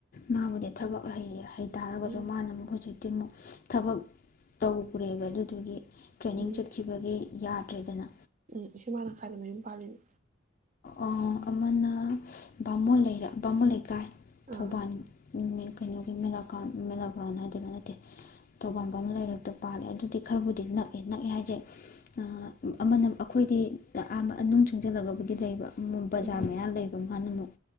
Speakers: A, on the left; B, on the right.
A: ꯃꯥꯕꯨꯗꯤ ꯊꯕꯛ ꯍꯩꯌꯦ ꯍꯩ ꯇꯥꯔꯒꯁꯨ
B: ꯎꯝ
A: ꯃꯥꯅ ꯑꯃꯨꯛ ꯍꯧꯖꯤꯛꯇꯤ ꯑꯃꯨꯛ ꯊꯕꯛ ꯇꯧꯈ꯭ꯔꯦꯕ ꯑꯗꯨꯗꯨꯒꯤ ꯇ꯭ꯔꯦꯅꯤꯡ
B: ꯎꯝ
A: ꯆꯠꯈꯤꯕꯒꯤ ꯌꯥꯗ꯭ꯔꯦꯗꯅ
B: ꯎꯝ ꯏꯁꯨꯃꯅ ꯀꯥꯢꯗ ꯃꯌꯨꯝ ꯄꯥꯜꯂꯤꯅꯦ
A: ꯑꯑ ꯑꯃꯅ ꯕꯥꯃꯣꯟ ꯂꯩꯔꯛ ꯕꯥꯃꯣꯟ ꯂꯩꯀꯥꯏ ꯊꯧꯕꯥꯜ
B: ꯑꯥ
A: ꯃꯤꯡꯃꯦ ꯀꯩꯅꯣꯒꯤ ꯃꯦꯂꯥꯒꯥꯎꯟ ꯃꯦꯂꯥꯒ꯭ꯔꯥꯎꯟ ꯍꯥꯏꯗꯨꯔ ꯅꯠꯇꯦ ꯇꯧꯕꯥꯥꯜ ꯕꯃꯣꯟ ꯂꯩꯔꯛꯇ ꯄꯥꯜꯂꯦ ꯑꯗꯨꯗꯤ ꯈꯔꯕꯨꯗꯤ ꯅꯛꯑꯦ ꯅꯛꯑꯦ ꯍꯥꯏꯁꯦ ꯑ ꯑꯃꯅ ꯑꯩꯈꯣꯏꯗꯤ ꯎꯝ ꯑ ꯑ ꯃꯅꯨꯡ ꯆꯪꯁꯤꯜꯂꯒ ꯑꯗꯨꯗꯩ ꯂꯩꯕ ꯑꯃ ꯕꯖꯥꯔ
B: ꯎꯝ
A: ꯃꯌꯥ ꯂꯩꯕ ꯃꯥꯅ ꯑꯃꯨꯛ